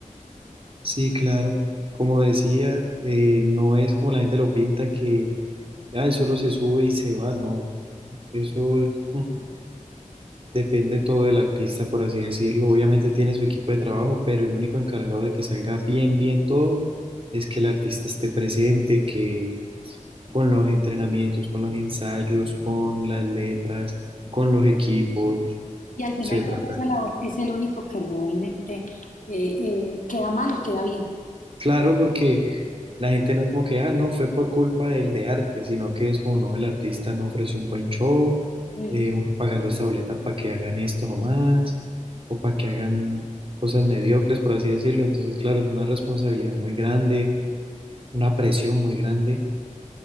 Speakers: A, on the right (about 45°); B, on the left (about 75°).
A: sí, claro. Como decía, eh, no es como la gente lo pinta que ah, solo se sube y se va, no. Eso mm, depende todo del artista, por así decirlo. Obviamente tiene su equipo de trabajo, pero el único encargado de que salga bien, bien todo es que el artista esté presente, que con los entrenamientos, con los ensayos, con las letras, con los equipos,
B: Y al final
A: etcétera.
B: pues
A: Pero
B: esa labor es el único que realmente eh, eh, queda mal o queda bien.
A: Claro, porque la gente no es como que, ah, no, fue por culpa del de arte, sino que es como, no, el artista no ofreció un buen show,
B: Mm.
A: eh, uno pagando esta boleta para que hagan esto nomás, o para que hagan cosas mediocres, por así decirlo. Entonces, claro, es una responsabilidad muy grande, una presión muy grande.